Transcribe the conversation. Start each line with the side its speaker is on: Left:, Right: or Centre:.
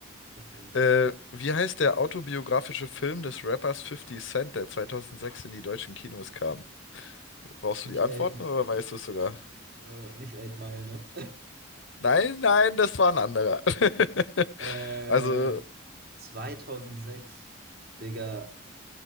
Right: interessant.
Left: Äh, wie heißt der autobiografische Film des Rappers Fifty Cent, der 2006 in die deutschen Kinos kam? Brauchst
Right: Nicht
Left: du die Antworten
Right: A,
Left: oder weißt du es sogar?
Right: Äh, nicht Eight Mile, ne?
Left: Nein, nein, das war ein anderer. <laughs>
Right: <laughs> äh,
Left: Also
Right: 2006, Digga.